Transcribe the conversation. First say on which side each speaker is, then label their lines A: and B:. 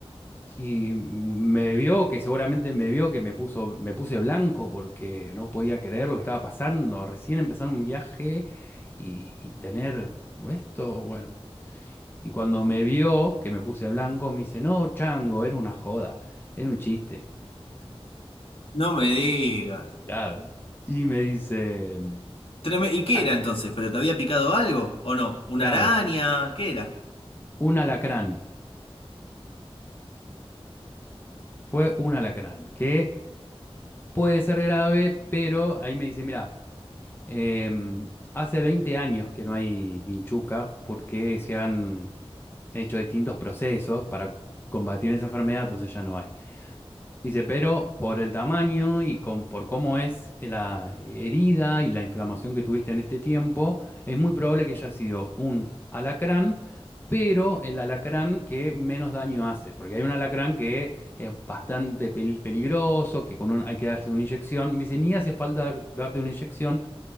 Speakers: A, on the left; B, on the left.
A: Y me vio, que seguramente me vio, que me puso, me puse blanco porque no podía creer lo que estaba pasando. Recién empezar un viaje y, y tener esto, bueno. Y cuando me vio, que me puse blanco, me dice, no, chango, era una joda, era un chiste.
B: no me digas.
A: Claro. Y me dice, mm,
B: Treme- ¿Y qué
A: "Ah,
B: era entonces? ¿Pero te había picado algo o no? ¿Una
A: claro,
B: araña? ¿Qué era?
A: un alacrán, fue un alacrán, que puede ser grave, pero ahí me dice, mira. Em, hace 20 años que no hay vinchuca porque se han hecho distintos procesos para combatir esa enfermedad, entonces ya no hay. Dice, pero por el tamaño y con- por cómo es la herida y la inflamación que tuviste en este tiempo, es muy probable que haya sido un alacrán, pero el alacrán que menos daño hace, porque hay un alacrán que es bastante pel- peligroso, que con un- hay que darse una inyección. Me dice, ni hace falta dar- darte una inyección